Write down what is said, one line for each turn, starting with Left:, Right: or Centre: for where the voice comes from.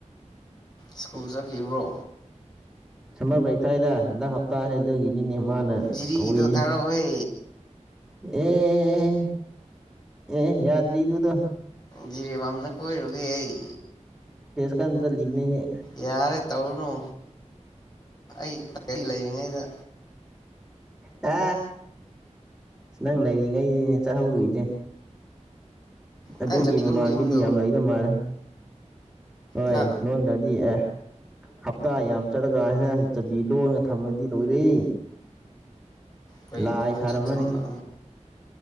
Left: ꯁꯀꯨꯜ ꯆꯈꯤꯕ꯭ꯔꯣ
Centre: ꯁꯝꯃꯔ ꯕ꯭ꯔꯦꯛ ꯊꯥꯏꯗ ꯍꯟꯗꯛ ꯍꯞꯇꯥꯁꯦ ꯑꯗꯨꯒꯤ ꯅꯤꯅꯦ ꯃꯥꯅ
Left: ꯖꯤꯔꯤꯒꯤꯗꯣ
Centre: ꯀꯧꯏꯍꯦ
Left: ꯊꯥꯔꯛꯑꯣꯍꯦ
Centre: ꯑꯦ ꯑꯦ ꯌꯥꯗ ꯏꯗꯨꯗ
Left: ꯖꯤꯔꯤꯕꯥꯝꯅ ꯀꯣꯏꯔꯨꯒꯦ ꯑꯩ
Centre: ꯀꯦꯟꯗꯜꯂꯤꯅꯦ
Left: ꯌꯥꯔꯦ ꯇꯧꯔꯅꯨ ꯑꯩ ꯀꯔꯤ ꯂꯩꯔꯤꯉꯩꯗ
Centre: ꯑ ꯁꯤ ꯅꯪ ꯂꯩꯔꯤꯉꯩ ꯆꯥꯍꯧꯗꯣꯏꯁꯦ ꯑꯗꯨꯒꯤ
Left: ꯅꯪ
Centre: ꯃꯃꯥꯟꯕꯤꯗꯤ
Left: ꯂꯨꯝꯂꯣ ꯌꯨꯝꯗꯣ
Centre: ꯌꯥꯝ ꯂꯩꯗ ꯃꯥꯜꯂꯦ ꯍꯣꯏ
Left: ꯍꯥ
Centre: ꯂꯣꯟꯗꯗꯤ ꯑꯦ ꯍꯞꯇꯥ ꯌꯥꯝ ꯆꯠꯂꯒ ꯑꯅꯛ ꯆꯕꯤ ꯂꯣꯟꯒ ꯊꯝꯃꯗꯤ ꯂꯣꯏꯔꯦ
Left: ꯀꯩ
Centre: ꯂꯥꯏ
Left: ꯄꯣ
Centre: ꯁꯥꯔꯝꯃꯅꯤ
Left: ꯆꯩ ꯊꯝꯅ